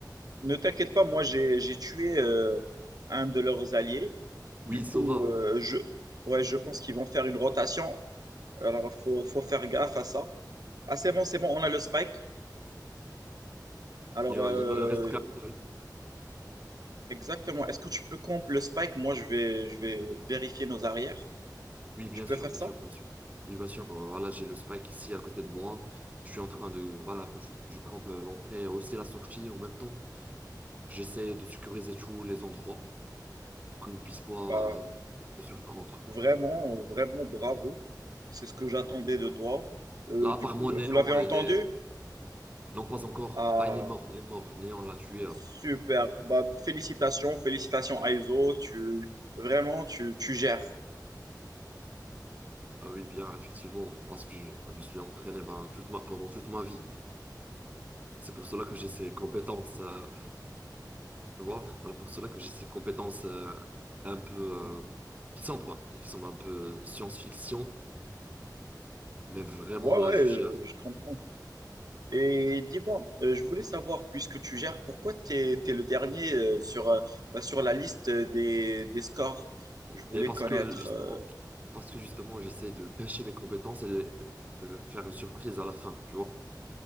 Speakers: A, on the right; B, on the right.
A: Ne t'inquiète pas, moi j'ai j'ai tué euh, un de leurs alliés. Du
B: Oui,
A: coup,
B: Sova.
A: euh, je ouais, je pense qu'ils vont faire une rotation. Alors faut faut faire gaffe à ça. Ah c'est bon, c'est bon, on a le spike. Alors
B: Il, y
A: euh,
B: en- il en reste quatre
A: exactement. Est-ce que tu peux comp le spike? Moi je vais je vais vérifier nos arrières.
B: Oui, bien
A: Tu peux
B: sûr,
A: faire
B: bien
A: ça?
B: sûr, bien sûr. Oui, bien sûr. euh, Voilà, j'ai le Spike ici à côté de moi. Je suis en train de, voilà, je, je campe euh, l'entrée, aussi la sortie en même temps. J'essaie de sécuriser tous les endroits pour qu'ils ne puissent pas
A: Bah,
B: euh, me surprendre.
A: vraiment vraiment bravo. C'est ce que j'attendais de toi. Euh,
B: Là,
A: du
B: à part
A: coup,
B: moi, Néon,
A: vous l'avez entendu?
B: elle est... Non, pas encore.
A: Ah,
B: Bah, il est mort, il est mort. Néon l'a tué. euh.
A: Super. Bah, félicitations, félicitations Aizo. Tu vraiment tu, tu gères.
B: Ah oui, bien, effectivement, parce que je, je me suis entraîné ben, toute ma, pendant toute ma vie. C'est pour cela que j'ai ces compétences. euh, Tu vois, voilà pour cela que j'ai ces compétences euh, un peu euh, qui semblent, quoi, et qui semblent un peu science-fiction, mais vraiment
A: Ouais,
B: là,
A: ouais,
B: je
A: je,
B: gère.
A: je comprends. Et dis-moi, euh, je voulais savoir, puisque tu gères, pourquoi tu es, le dernier euh, sur, euh, bah, sur la liste des, des scores? Je voulais
B: Et parce
A: connaître.
B: que justement,
A: euh,
B: parce que justement, j'essaie de cacher mes compétences et de faire une surprise à la fin, tu vois.